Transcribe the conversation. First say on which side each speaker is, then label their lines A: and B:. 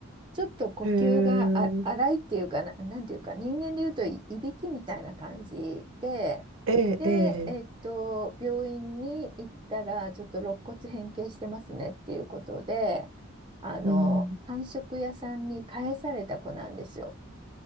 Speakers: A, on the right; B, on the right.
A: ちょっと呼吸があ荒いっていうかな、
B: へえ
A: なんていうか、人間でいうとい、いびきみたいな感じで、
B: ええええ
A: で、えっと、病院に行ったら、ちょっと肋骨変形してますねっていうことで、あの、
B: うん。
A: 繁殖屋さんに返された子なんですよ。